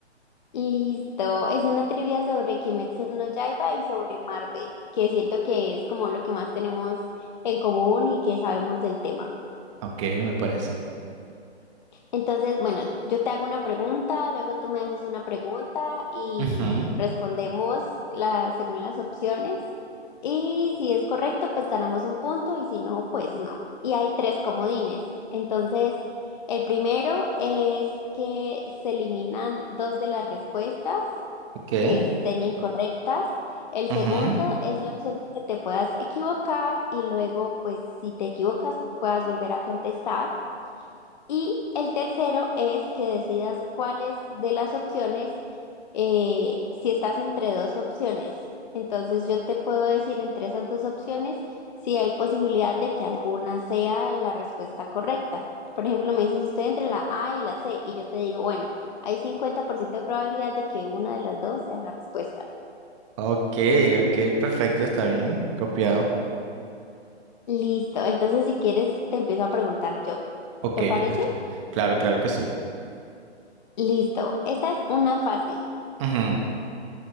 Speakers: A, on the left; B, on the right.
A: Listo, es una trivia sobre Kimetsu no Yaiba y sobre Marvel, que siento que es como lo que más tenemos en común y que sabemos del tema.
B: Ok, me parece.
A: Entonces, bueno, yo te hago una pregunta, luego tú me haces una pregunta y
B: Ujú,
A: respondemos la- según las opciones. Y si es correcto, pues ganamos un punto y si no, pues no. Y hay tres comodines. Entonces, el primero es que se eliminan dos de las respuestas
B: ok,
A: que estén incorrectas. El
B: ujú,
A: segundo es la opción de que te puedas equivocar y luego, pues si te equivocas, puedas volver a contestar. Y el tercero es que decidas cuáles de las opciones, eh, si estás entre dos opciones. Entonces yo te puedo decir entre esas dos opciones si hay posibilidad de que alguna sea la respuesta correcta. Por ejemplo, me dices, estoy entre la A y la C y yo te digo, bueno, hay 50% de probabilidad de que una de las dos sea la respuesta.
B: ok, ok, perfecto, está bien. Copiado.
A: Listo, entonces si quieres te empiezo a preguntar yo.
B: Ok,
A: ¿Te parece?
B: está. Claro, claro que sí.
A: Listo, esta es una fácil.
B: Ujú,